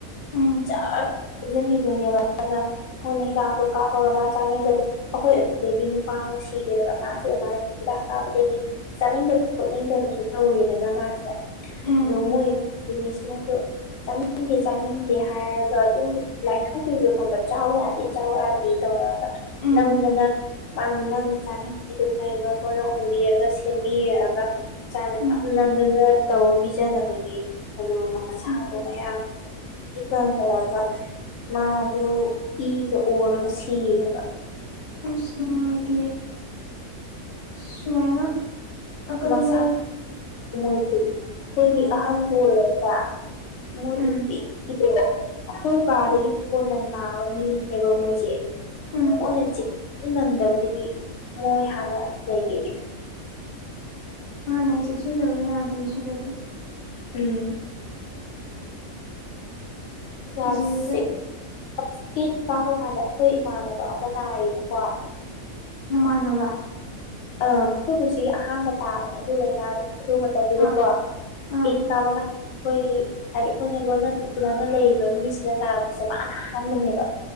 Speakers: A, on the left; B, on the left.
A: ꯎꯝ
B: ꯖꯔ ꯍꯧꯖꯤꯟꯈꯤꯗꯣꯏꯅꯦꯕ ꯑꯗꯨꯅ <inaudible> ꯍꯤꯗꯥꯛꯗꯣ ꯀꯥꯞꯄꯒ ꯃꯥ ꯆꯥꯅꯤꯡꯗꯕꯗꯣ ꯑꯩꯈꯣꯏ ꯑꯗꯨꯗꯒꯤ ꯅꯨꯄꯥ ꯑꯃ ꯁꯤꯔꯦꯕ ꯃꯥꯁꯦ ꯑꯗꯨꯃꯥꯥꯏ ꯍꯤꯗꯥꯛ ꯀꯥꯞꯄꯗꯒꯤ ꯆꯥꯅꯤꯡꯗꯕ ꯈꯣꯠꯅꯤꯡꯗꯕꯁꯨ ꯇꯧꯔꯦꯗꯅ ꯃꯥꯁꯦ
A: ꯎꯝ
B: ꯑꯗꯣ ꯃꯣꯏꯉꯩꯁꯤꯅꯁꯨ ꯆꯥꯅꯤꯡꯗꯦ ꯆꯥꯅꯤꯡ ꯗꯦ ꯍꯥꯏꯔꯒ ꯑꯗꯨꯝ ꯂꯥꯏꯊꯣꯛꯄꯤꯕꯗꯣ ꯈꯪꯕ꯭ꯔꯥ ꯆꯥꯎ ꯌꯥꯗꯦ ꯆꯥꯎ ꯌꯥꯗꯦ ꯇꯧꯔꯒ
A: ꯎꯝ
B: ꯅꯝꯗꯅ ꯃꯥꯅ ꯅꯪ ꯆꯥꯅꯤꯡꯉꯤꯗꯣ ꯀꯩꯅꯣ ꯈꯣꯠꯅꯣ ꯍꯪꯕꯤꯔꯒ ꯁꯦꯝꯕꯤꯔꯒ ꯆꯥꯛꯅ
A: ꯎꯝ
B: ꯅꯝ ꯅꯝꯗꯅ ꯇꯧ ꯄꯤꯖꯗꯕꯒꯤ ꯑꯗꯨꯒ ꯃꯁꯥꯗꯣ
A: ꯎꯝ
B: ꯃꯌꯥꯡ ꯏ <inaudible> ꯃꯥꯗꯣ ꯏꯒ ꯑꯣꯔꯒ ꯁꯤꯌꯦꯕ
A: ꯑꯁ ꯅꯨꯡꯉꯥꯏꯇꯤꯌꯦ ꯑꯁ ꯁꯨꯃꯥꯏꯅ ꯑꯀꯟꯕ
B: ꯃꯁꯥ ꯃꯣꯏꯗꯤ ꯑꯩꯈꯣꯏꯗꯤ
A: ꯎꯝ
B: ꯑꯍꯟꯕꯨ ꯑꯣꯏꯔꯦ ꯄ ꯃꯣꯏꯗꯤ
A: ꯎꯝ
B: <inaudible> ꯑꯩꯈꯣꯏ ꯕꯥꯗꯒꯤ ꯀꯣꯟꯅ ꯅꯥꯕ ꯃꯤꯅꯦꯕ ꯃꯣꯏꯁꯦ
A: ꯎꯝ
B: ꯃꯣꯏꯅ ꯆꯦꯛ ꯃꯟꯗꯕꯗꯒꯤ ꯃꯣꯏ ꯍꯥꯟꯅ ꯂꯩꯈꯤꯗ꯭ꯔꯦ
A: ꯃꯥꯥꯟꯅꯦ ꯆꯦꯛꯁꯤꯟꯗꯕ ꯌꯥꯗꯦ ꯁꯤꯗꯗꯤ
B: ꯎꯝ ꯀ꯭ꯂꯥꯁꯤꯛ
A: ꯀꯤꯖꯩꯗ
B: <unintelligible> ꯀꯥꯕ ꯀꯥꯟꯗ ꯑꯩꯈꯣꯏ ꯏꯃꯥꯟꯅꯕ ꯑꯃ ꯅꯥꯏꯌꯦꯕꯀꯣ
A: ꯅꯃꯥꯟꯅꯕ
B: ꯑꯥ ꯑꯈꯣꯏ ꯄꯨꯟꯁꯤꯒꯤ ꯑꯍꯥꯟꯕ ꯇꯥꯕꯅꯦ ꯑꯗꯨ ꯂꯩꯅꯥꯗꯣ ꯑꯗꯨ ꯃꯇꯝꯗꯨꯗꯀꯣ
A: ꯑꯥ
B: ꯑꯦꯠ
A: ꯑꯥ
B: ꯀꯥꯕ ꯀꯥꯟ ꯑꯩꯈꯣꯏꯒꯤ ꯍꯥꯏꯗꯤ ꯑꯩꯈꯣꯏꯅ ꯂꯣꯟꯅ ꯃꯥꯅ ꯂꯩꯔꯤꯕ ꯃꯤꯁꯤꯗ ꯅꯥꯔꯛꯄꯁꯦ ꯃꯥꯅ ꯑꯍꯥꯟꯕꯅꯦꯕ